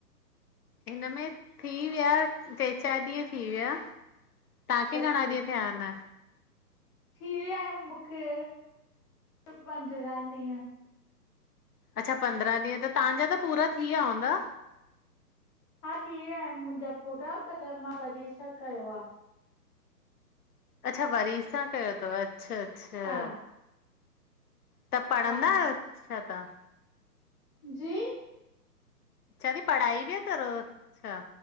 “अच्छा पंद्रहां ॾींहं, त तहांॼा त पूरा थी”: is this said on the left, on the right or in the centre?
Left